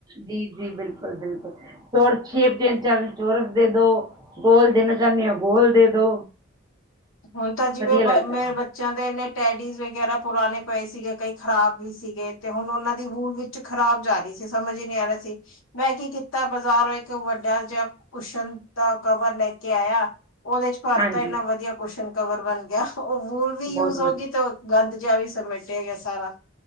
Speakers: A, on the right; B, on the left.
A: ਜੀ-ਜੀ ਬੀਲਕੁਲ-ਬੀਲਕੁਲ ਹੋਰ ਸ਼ੇਪ ਚੇਨ ਚਾਰ ਚੋਰਸ ਦੇ ਦੋ ਗੋਲ ਦੇਣਾ ਚਾਨੇ ਓ ਗੋਲ ਦੇ ਦੋ।
B: ਹੁਣ ਤਾਂ ਬਾ ਜੀਵੇਂ
A: ਵਧੀਆ ਲੱਗਦਾ
B: ਮੇਰੇ
A: ਹੈ
B: ਬਾ ਚੇਆ ਦੇ ਐਨੇ ਟੈਡੀਜ਼ ਵਗੈਰਾ ਪੁਰਾਣੇ ਪਏ ਸੀਗੇ ਕਈ ਖ਼ਰਾਬ ਵੀ ਸੀਗੇ ਤੇ ਹੁਣ ਓਨਾਂ ਦੀ ਬੂਲ ਵੀ ਚ ਖ਼ਰਾਬ ਜਾ ਰਈ ਸੀ ਸਮਝ ਈ ਨੀ ਆ ਰੇਆ ਸੀ ਮੈਂ ਕੀ ਕੀਤਾ ਬਾਜ਼ਾਰੋਂ ਏਕ ਵੱਡਾ ਜਾ ਕੁਸ਼ਨ ਦਾ ਕਵਰ ਲੈ ਕੇ ਆਏਆ ਓਦੇ ਚ ਭਰ
A: ਹਾਂਜੀ
B: ਤਾਂ ਏਨਾ ਵਦੀਆ ਕੁਸਨ ਕਵਰ ਬਣ ਗੇਆ ਓ ਵਲ ਵੀ
A: ਬਹੁਤ
B: ਯੂਸ ਹੋ
A: ਵਧੀਆ
B: ਗੀ ਤੇ ਗੰਦ ਜਾ ਵੀ ਸਮੇਟੇਆ ਗਿਆ ਸਾਰਾ,